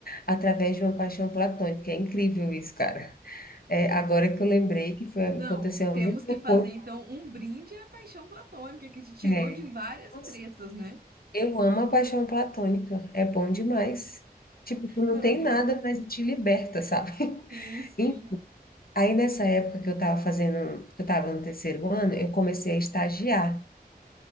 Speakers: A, on the left; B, on the right.
A: através de uma paixão platônica, é incrível isso, cara. É, agora que eu lembrei que foi, aconteceu
B: Não, temos
A: a mesma
B: que
A: coisa.
B: fazer então um brinde à paixão platônica que te tirou
A: É.
B: de várias
A: Nossa,
B: tretas, né?
A: eu amo a paixão platônica, é bom demais. Tipo, tu não
B: Não,
A: tem nada, mas te liberta, sabe? <laughs>
B: sim, sim.
A: E aí nessa época que eu tava fazendo, que eu tava no terceiro ano, eu comecei a estagiar.